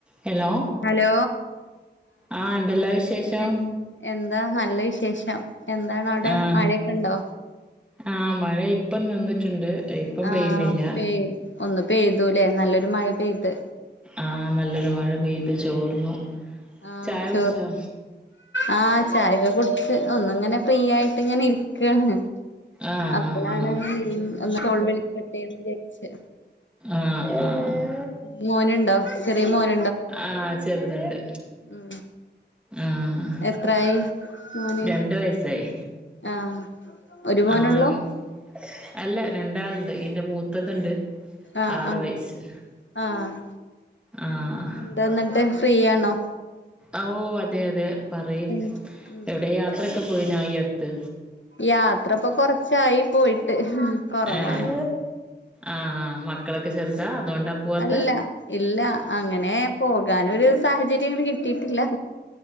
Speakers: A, in the centre; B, on the left (about 85°).
A: Hello
B: hello
A: ആഹ് എന്തെല്ലാ വിശേഷം
B: എ എന്താ നല്ല വിശേഷം എന്താണ് അവിടെ
A: ആഹ്
B: മഴയൊക്കെ ഉണ്ടോ
A: ആഹ് മഴ ഇപ്പം നിന്നിട്ടുണ്ട് ഇപ്പം
B: ആഹ്
A: പെയ്യുന്നില്ല
B: പെയ് ഒന്ന് പെയ്തൂല്ലേ നല്ലൊരു മഴ പെയ്ത്
A: ആഹ് നല്ലൊരു മഴ പെയ്തു ചോർന്നു
B: ആഹ്
A: ചായ
B: ചോറ്
A: കുടിച്ചോ
B: ആഹ് ചായയൊക്കെ കുടിച്ച് ഒന്നിങ്ങനെ ഫ്രീ ആയിട്ട് ഇങ്ങനെ ഇരി ക്കാണ്
A: ആഹ്
B: അപ്പോളാണ്
A: ആഹ്
B: ഒന്ന് കോൾ വിളിക്കട്ടെന്ന് വിചാരിച്ച്
A: ആഹ് ആഹ്
B: മോനുണ്ടോ ചെറിയ മോന
A: ആഹ് ചെറുതുണ്ട്
B: ഉം
A: ആഹ്
B: എത്രായി മോന്
A: രണ്ട് വയസ്സായി
B: ആഹ് ഒരു മോനുള്ളൂ
A: ആഹാ അല്ല രണ്ടാളുണ്ട് ഇന്റെ മൂത്തത് ഇണ്ട്
B: ആഹ്
A: ആറു
B: ആഹ്
A: വയസ്
B: ആഹ്
A: ആഹ്
B: എന്താന്നിട്ട് ഫ്രീയാണോ
A: ഓ അതെ അതെ പറയ്
B: ഉം ഉം
A: എവിടെ യാത്രയൊക്കെ പോയിനാ ഈ അടുത്ത്
B: യാത്ര ഇപ്പൊ കൊറച്ചായി പോയിട്ട് കൊറവാണ്
A: ഏഹ് ആഹ് ആഹ് മക്കളൊക്കെ ചെറുതാ അതോണ്ടാ പോവാത്തെ
B: അല്ല ഇല്ല അങ്ങനെ പോകാനൊരു സാഹചര്യം അങ്ങനെ കിട്ട വീട്ടില്